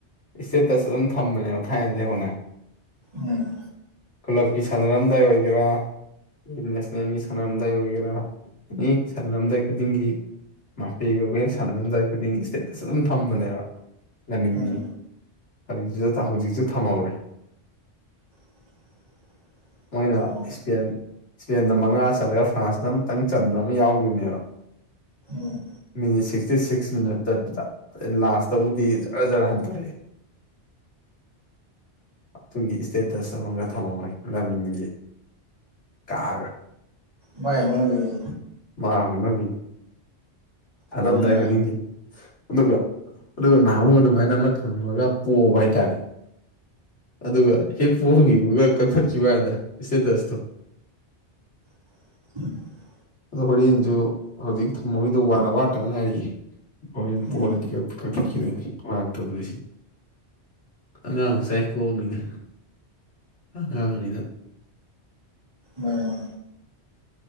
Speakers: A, on the left; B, on the right.
A: ꯏꯁꯇꯦꯇꯁ ꯑꯗꯨꯝ ꯊꯝꯕꯅꯦꯕ ꯊꯥꯏꯅꯗꯒꯤ ꯍꯧꯅ
B: ꯎꯝ
A: ꯀ꯭ꯂꯕꯀꯤ ꯁꯥꯟꯅꯔꯝꯗꯥꯏ ꯑꯣꯏꯒꯦꯔꯥ ꯅꯦꯁꯅꯦꯜꯒꯤ ꯁꯥꯟꯅꯔꯝꯗꯥꯏ ꯑꯣꯏꯒꯦꯔꯥ ꯑꯦꯅꯤ ꯁꯥꯟꯅꯔꯝꯗꯥꯏ ꯈꯨꯗꯤꯡꯒꯤ ꯃꯥꯄꯦꯒꯕꯨ ꯍꯦꯛ ꯁꯥꯟꯅꯔꯝꯗꯥꯏ ꯈꯨꯗꯤꯡꯒꯤ ꯏꯁꯇꯦꯇꯁ ꯑꯗꯨꯝ ꯊꯝꯕꯅꯦꯕ ꯔꯥꯅꯤꯡꯒꯤ
B: ꯎꯝ
A: ꯍꯧꯖꯤ ꯍꯧꯖꯤꯛꯁꯨ ꯊꯝꯍꯧꯔꯦ
B: <inaudible>
A: ꯃꯣꯏꯅ
B: ꯑꯣ
A: ꯏꯁꯄꯦꯟ ꯏꯁꯄꯦꯟꯗ ꯃꯉꯥ ꯆꯠꯂꯒ ꯐ꯭ꯔꯥꯟꯁꯅ ꯑꯃꯨꯇꯪ ꯆꯟꯕ ꯑꯃ ꯌꯥꯎꯈꯤꯕꯅꯦꯕ
B: ꯎꯝ
A: ꯃꯤꯅꯤ ꯁꯤꯛꯁꯇꯤ ꯁꯤꯛꯁ ꯁꯤꯛꯁ ꯃꯤꯅꯠ ꯆꯠꯄꯗ ꯑꯗꯩ ꯂꯥꯁꯇꯕꯨꯗꯤ ꯖꯔꯥ ꯖꯔ ꯍꯟꯇꯣꯔꯛꯑꯦ ꯑꯗꯨꯒꯤ ꯏꯁꯇꯦꯇꯁ ꯑꯃꯒ ꯊꯝꯃꯝꯃꯣꯏ ꯂꯃꯤꯟꯒꯤ ꯀꯥꯒ
B: ꯃꯥꯏ ꯍꯧꯅꯕꯤꯅꯤ
A: ꯃꯥ ꯍꯧꯅꯕꯤ ꯐꯜꯂꯝꯗꯥꯏ
B: ꯇꯧꯔꯝꯗꯥꯏ
A: ꯈꯨꯗꯤꯡꯒꯤ ꯑꯗꯨꯒ ꯑꯗꯨꯒ ꯅꯍꯥꯟꯃꯨꯛ ꯑꯗꯨꯃꯥꯏꯅ ꯑꯃ ꯊꯝꯃꯒ ꯄꯣꯕ ꯍꯥꯏꯇꯥꯔꯦ ꯑꯗꯨꯒ ꯍꯤꯞꯄꯈꯤꯕꯒ ꯀꯛꯊꯠꯈꯤꯕ ꯍꯥꯏꯅ ꯏꯁꯇꯦꯇꯁꯇꯣ
B: <inaudible>
A: ꯑꯗꯣ ꯍꯣꯔꯦꯟꯁꯨ ꯍꯧꯖꯤꯛ ꯊꯝꯃꯣꯏꯗꯣ ꯋꯥꯅ ꯑ ꯋꯥꯠꯇ ꯉꯥꯏꯔꯤꯌꯦ ꯍꯣꯔ
B: ꯎꯝ
A: ꯄꯣꯔꯗꯤ ꯀꯛꯊꯈꯤꯗꯣꯏꯅꯤ ꯃꯇꯧꯗꯣꯏꯕꯁꯤ ꯑꯉꯥꯡ ꯆꯥꯏꯈꯣꯡꯅꯤꯅ ꯑꯉꯥꯡꯅꯤꯅ
B: ꯃꯔꯩꯃ